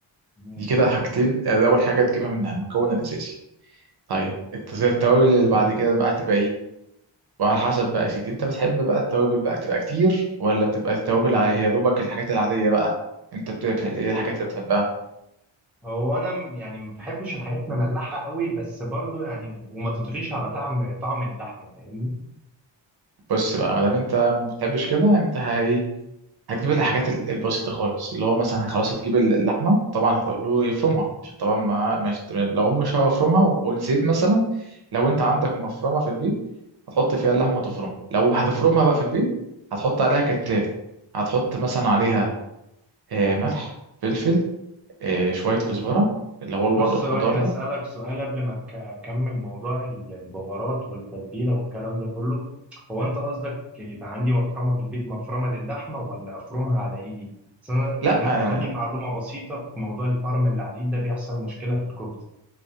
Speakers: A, in the centre; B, on the right (about 55°).
A: تمام
B: دي كده حاجتين آه، ده اول حاجه تجيبها منها المكون الاساسي طيب الت- زي التوابل اللي بعد كده بقى هتبقى ايه وعلى حسب بقى يا سيدي انت بتحب بقى التوابل بقى تبقى كتير ولا بتبقى التوابل ع- يا دوبك الحاجات العادية بقى انت بتبقى ايه الحاجات اللي بتحبها
A: هو انا م- يعني ما بحبش الحاجات مملحة قوي بس برضو يعني وما تطغيش على طعم طعم اللحمة فاهمني
B: بص بقى ما دام انت ما بتحبش كده انت هي هتجيب الحاجات ال- البسيطة خالص اللي هو مثلا خلاص هتجيب ال- اللحمة طبعا هتقول له يفرمها عشان طبعا ما مش لو هم مش هيفرمها ونسيت مثلا لو انت عندك مفرمة في البيت هتحط فيها اللحمة وتفرمها لو هتفرمها بقى في البيت هتحط عليها كالتالي هتحط مثلا عليها آه، ملح فلفل آه، شوية كزبرة اللي هو الورق
A: بص
B: الخضار
A: ثواني
B: ده
A: اسالك سؤال قبل ما أك- اكمل موضوع ال- البهارات والتتبيلة والكلام ده كله هو انت قصدك يبقى عندي مفرمة في البيت مفرمة للحمة ولا افرمها على ايدي بس انا
B: لا
A: لأن
B: آه،
A: أنا عندي معلومة بسيطة في موضوع الفرم اللي على الايد ده بيحصل مشكلة في الكفتة